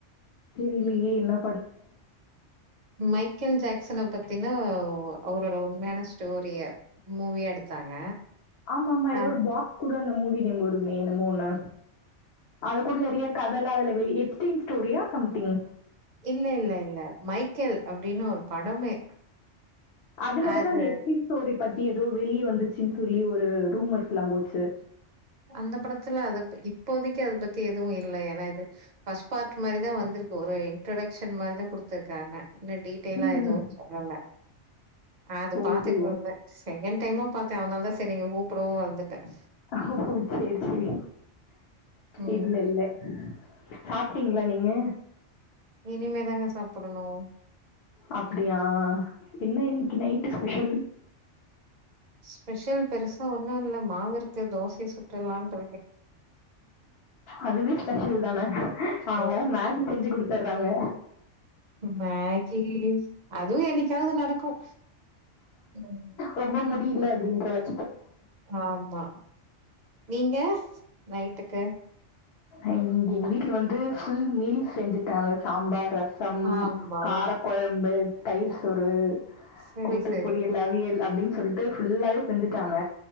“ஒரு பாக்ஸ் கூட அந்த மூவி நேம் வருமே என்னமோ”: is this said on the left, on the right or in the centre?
Left